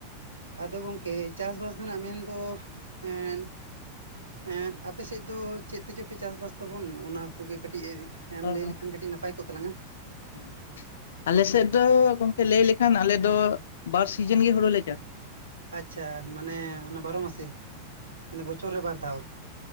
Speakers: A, on the right (about 75°); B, on the left (about 60°).
A: ᱟᱫᱚ ᱜᱚᱝᱠᱮ ᱪᱟᱥ ᱵᱟᱥ ᱨᱮᱱᱟᱜ ᱢᱮᱱᱫᱚ ᱮᱸᱜ ᱮᱸᱜ ᱟᱯᱮ ᱥᱮᱫ ᱫᱚ ᱪᱮᱫ ᱛᱮᱪᱚᱯᱮ ᱪᱟᱥᱵᱟᱥ ᱛᱟᱵᱚᱱ ᱚᱱᱟ ᱠᱚᱜᱮ ᱠᱟᱹᱴᱤᱡ ᱮᱢ ᱞᱟᱹᱭ
B: ᱫᱚ᱾ ᱚ
A: ᱞᱮᱠᱷᱟᱱ ᱠᱟᱹᱴᱤᱡ ᱱᱟᱯᱟᱭ ᱠᱚᱜ ᱛᱟᱞᱟᱝ-ᱟ᱾
B: ᱦᱮᱸ ᱟᱞᱮᱥᱮᱫ ᱫᱚ ᱜᱚᱝᱠᱮ ᱞᱟᱹᱭ ᱞᱮᱠᱷᱟᱱ ᱟᱞᱮ ᱫᱚ ᱵᱟᱨ ᱥᱤᱡᱤᱱ ᱜᱮ ᱦᱩᱲᱩ ᱞᱮ ᱪᱟᱥᱟ᱾
A: ᱟᱪᱪᱷᱟ ᱢᱟᱱᱮ ᱚᱱᱟ ᱵᱟᱨᱚ ᱢᱟᱥᱤ ᱵᱚᱪᱷᱚᱨ ᱨᱮ ᱵᱟᱨ ᱫᱷᱟᱣ